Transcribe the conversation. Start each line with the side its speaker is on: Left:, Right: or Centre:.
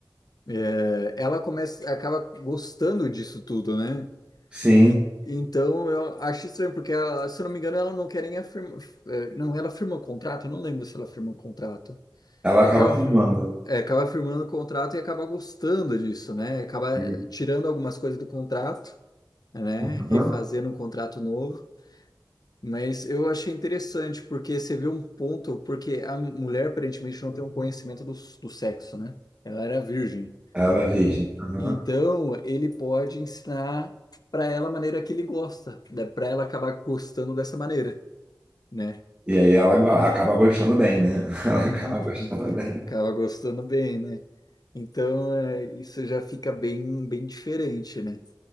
Left: é, ela começa, acaba gostando disso tudo, né?
Right: Sim,
Left: E- então eu acho estranho, porque ela, se eu não me engano, ela não quer nem afirmar. é, Não, ela firma o contrato, eu não lembro se ela firma o contrato.
Right: ela
Left: E
Right: acaba
Left: Acaba,
Right: firmando.
Left: fir- é, acaba firmando o contrato e acaba gostando disso, né? Acaba
Right: E-
Left: eh, tirando algumas coisas do contrato, né?
Right: Uhum.
Left: Refazendo um contrato novo. Mas eu achei interessante, porque você vê um ponto, porque a mulher aparentemente não tem um conhecimento do, do sexo, né? Ela era virgem.
Right: Ela é virgem.
Left: E,
Right: Uhum.
Left: então, ele pode ensinar para ela a maneira que ele gosta, né? Para ela acabar gostando dessa maneira, né?
Right: E aí ela go- acaba gostando bem, né? <laughs> Ela acaba
Left: Uhum.
Right: gostando bem.
Left: Acaba gostando bem, né? Então, é, isso já fica bem, bem diferente, né?